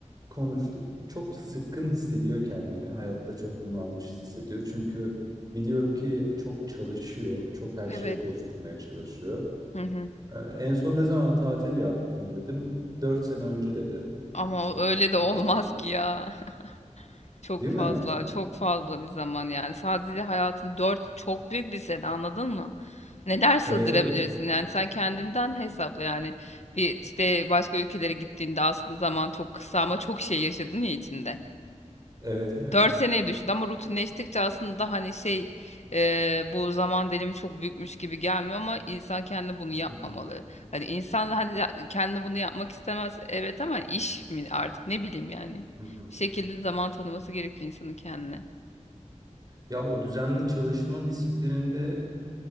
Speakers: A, on the right; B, on the left.
A: konuştuk. Çok sıkkın hissediyor kendini. Hayatta çok bunalmış hissediyor. Çünkü biliyorum ki çok çalışıyor. Çok her şeye
B: Evet.
A: koşturmaya çalışıyor.
B: Hı hı.
A: Ee, En son ne zaman tatil yaptın dedim. 4 sene önce dedi.
B: Ama
A: En son
B: o- öyle de
A: tatili.
B: olmaz ki ya. <laughs> Çok
A: Değil mi?
B: fazla, çok fazla bir zaman yani. Sadece hayatın dört çok büyük bir sene anladın mı? Neler sığdırabilirsin
A: Evet evet.
B: yani sen kendinden hesapla yani. Bir işte başka ülkelere gittiğinde aslında zaman çok kısa ama çok şey yaşadın ya içinde.
A: Evet evet.
B: 4 seneye düştü ama rutinleştikçe aslında hani şey e, bu zaman dilimi çok büyükmüş gibi gelmiyor ama insan kendi bunu yapmamalı.
A: Hı hı,
B: Hani insan da hani ya- kendi bunu yapmak istemez evet ama iş mi artık ne bileyim yani.
A: hı hı.
B: Bir şekilde zaman tanıması gerekiyor insanın kendine.
A: Ya o düzenli çalışma disiplininde